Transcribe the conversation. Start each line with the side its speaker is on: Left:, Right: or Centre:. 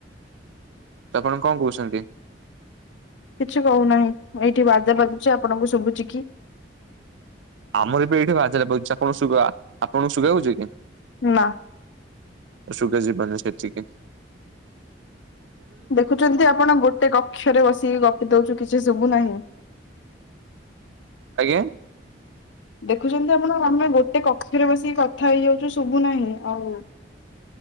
Right: ତ ଆପଣ କଣ କହୁଛନ୍ତି?
Left: କିଛି କହୁନାହିଁ, ମ-ଏଇଠି ବାଜା ବାଜୁଛି ଆପଣଙ୍କୁ ଶୁଭୁଛି କି?
Right: ଆମର ବି ଏଇଠି ବାଜା ବାଜୁଛି ଆପଣଙ୍କୁ ଶୁଗା, ଆପଣଙ୍କୁ ଶୁଗା ହଉଚି କି?
Left: ନା।
Right: ଶୁଗା ଯିବନି ସେଠିକି।
Left: ଦେଖୁଛନ୍ତି ଆପଣ ଗୋଟେ କକ୍ଷରେ ବସିକି ଗପି ଦଉଛୁ କିଛି ଶୁଭୁ ନାହିଁ।
Right: ଆଜ୍ଞା?
Left: ଦେଖୁଛନ୍ତି ଆପଣ ଆମେ ଗୋ ଟେ କକ୍ଷରେ ବସିକି କଥା ହେଇଯାଉଛୁ ଶୁଭୁ ନାହିଁ ଆଉ।